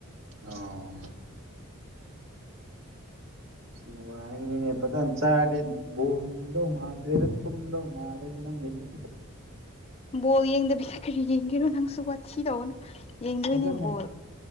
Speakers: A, on the right (about 65°); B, on the left (about 25°).
A: ꯑꯣ ꯅꯨꯡꯉꯥꯏꯅꯤꯅꯦ ꯐꯖꯟ ꯆꯥꯔꯗꯥ ꯕꯣꯜ ꯌꯦꯡꯗꯧ ꯃꯥꯟꯗ꯭ꯔꯦꯗ ꯇꯨꯝꯗꯧ ꯃꯥꯜꯂꯦ ꯅꯪꯒꯤꯁꯦ
B: ꯕꯣꯜ ꯌꯦꯡꯗꯕꯤ ꯀꯔꯤ ꯌꯦꯡꯒꯦꯔ ꯅꯪꯁꯨ ꯋꯥꯊꯤ ꯇꯧꯒꯅꯨ ꯌꯦꯡꯗꯣꯏꯅꯦ
A: ꯐꯖꯅ
B: ꯕꯣꯜ